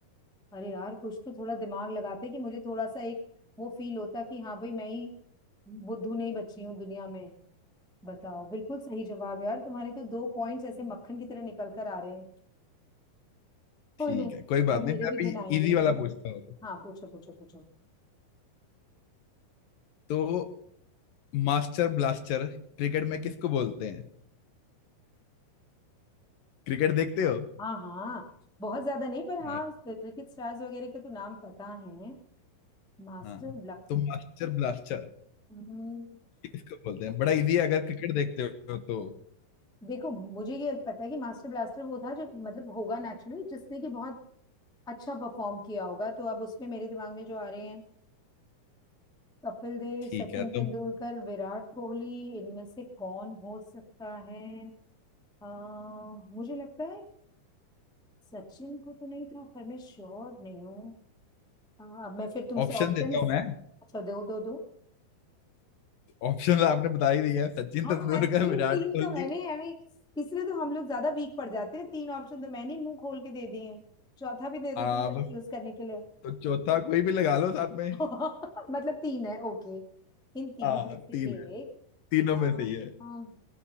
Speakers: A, in the centre; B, on the left.
A: अरे यार कुछ तो थोड़ा दिमाग लगाते कि मुझे थोड़ा सा एक वो फील होता कि हाँ भाई मैं ही बुद्धू नहीं बची हूँ दुनिया में बताओ बिल्कुल सही जवाब यार तुम्हारे तो दो पॉइंट्स ऐसे मक्खन की तरह निकल कर आ रहे हैं कोई
B: ठीक
A: नहीं
B: है कोई
A: अभी
B: बात
A: मेरे
B: नहीं मैं
A: भी
B: अभी
A: दिन आएंगे
B: इजी वाला पूछता हूँ
A: हाँ पूछो पूछो पूछो
B: तो मास्टर ब्लास्टर क्रिकेट में किसको बोलते हैं क्रिकेट देखते हो
A: हाँ हाँ बहुत ज्यादा नहीं पर
B: हाँ
A: हाँ क्रिकेट स्टार्स वगैरह के तो नाम पता है Master
B: हाँ तो मास्टर ब्लास्टर
A: blaster
B: किसको बोलते हैं बड़ा इजी है अगर क्रिकेट देखते हो तो
A: देखो मुझे ये पता है कि मास्टर ब्लास्टर वो था जो मतलब होगा नेचुरली जिसने कि बहुत अच्छा परफॉर्म किया होगा तो अब उसमें मेरे दिमाग में जो आ रहे हैं कपिल देव
B: ठीक
A: सचिन
B: है
A: तेंदुलकर
B: तो
A: विराट कोहली इनमें से कौन हो सकता है अ, मुझे लगता है सचिन को तो नहीं था पर मैं श्योर नहीं हूँ अ, अब मैं फिर तुमसे
B: ऑप्शन
A: ऑप्शंस
B: देता हूँ मैं
A: अच्छा दो दो दो
B: ऑप्शन आपने बता ही दिया है सचिन
A: हाँ
B: तेंदुलकर
A: एक्चुअली
B: विराट
A: तीन
B: कोहली
A: तो मैंने हमें इसलिए तो हम लोग ज्यादा वीक पड़ जाते हैं तीन ऑप्शन तो मैंने ही मुंह खोल के दे दिए हैं चौथा भी दे दो
B: हाँ
A: तुम कंफ्यूज
B: बस
A: करने के लिए
B: तो चौथा कोई भी लगा लो साथ में
A: <laughs> मतलब तीन है ओके इन तीनों
B: हाँ
A: में से
B: तीन
A: एक
B: है तीनों
A: अम,
B: में सही है